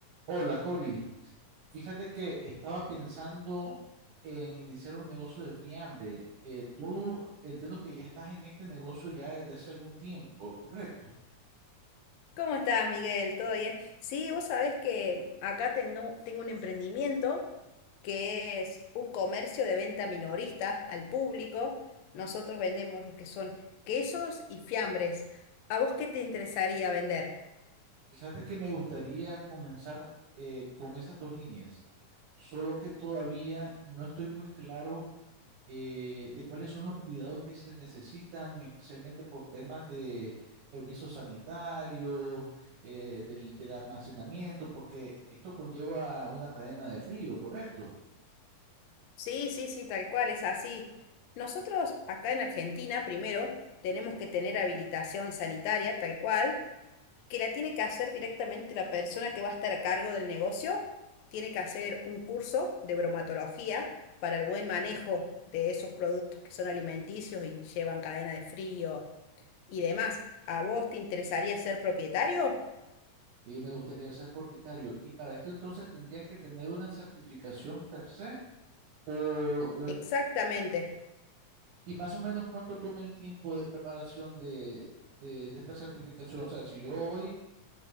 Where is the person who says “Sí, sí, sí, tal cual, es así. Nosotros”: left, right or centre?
Left